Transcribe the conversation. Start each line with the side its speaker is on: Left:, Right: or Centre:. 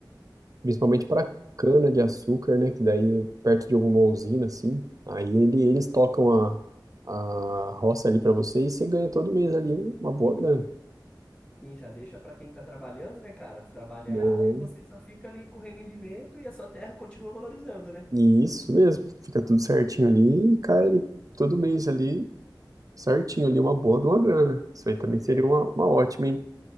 Right: principalmente para cana de açúcar, né? Que daí perto de alguma usina, assim, aí ele, eles tocam a, a roça ali para você e você ganha todo mês ali um, uma boa grana,
Left: Sim, já deixa para quem está trabalhando, né, cara? Trabalhar
Right: né?
Left: e você só fica ali com rendimento e a sua terra continua valorizando, né?
Right: E isso mesmo, fica tudo certinho ali e cai ali todo mês ali, certinho ali, uma boa de uma grana. Isso aí também seria
Left: É,
Right: uma,
Left: então,
Right: uma ótima, hein?